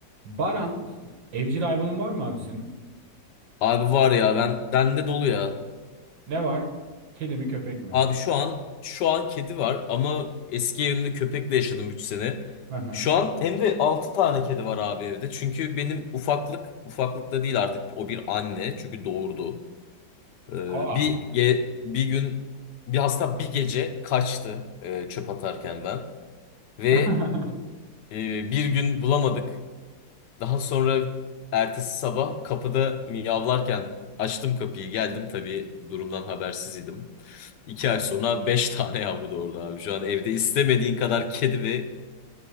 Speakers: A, on the right (about 80°); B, on the left (about 70°).
A: Baran, evcil hayvanın var mı abi senin?
B: Abi var ya ben bende dolu ya.
A: Ne var? Kedi mi köpek mi?
B: Abi şu an şu an kedi var ama eski evimde köpekle yaşadım 3 sene.
A: Hı hı.
B: Şu an hem de 6 tane kedi var abi evde. Çünkü benim ufaklık ufaklık da değil artık o bir anne çünkü doğurdu. Ee,
A: Aa.
B: bir ge- bir gün bir hasta bir gece kaçtı e, çöp atarken ben ve
A: <laughs>
B: e, bir gün bulamadık. Daha sonra ertesi sabah kapıda miyavlarken açtım kapıyı geldim tabii durumdan habersiz idim. İki ay sonra beş <laughs> tane yavru doğurdu abi. Şu an evde istemediğin kadar kedi ve